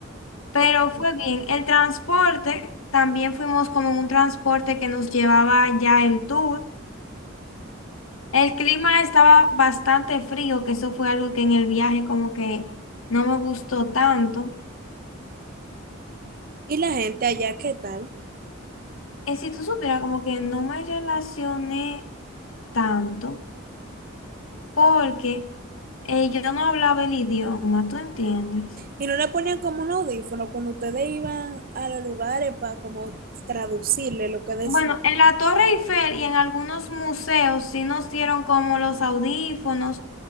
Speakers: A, on the left; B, on the right.
A: Pero
B: Ok.
A: fue bien. El transporte, también fuimos como en un transporte que nos llevaba ya el tour. El clima estaba bastante frío, que eso fue algo que en el viaje como que no me gustó tanto.
B: ¿Y la gente allá qué tal?
A: Eh, si tú supieras, como que no me relacioné tanto porque eh, yo no hablaba el idioma, ¿tú entiendes?
B: ¿Y no le ponían como un audífono cuando ustedes iban a los lugares para como traducirle lo que decían?
A: Bueno, en la Torre Eiffel y en algunos museos sí nos dieron como los audífonos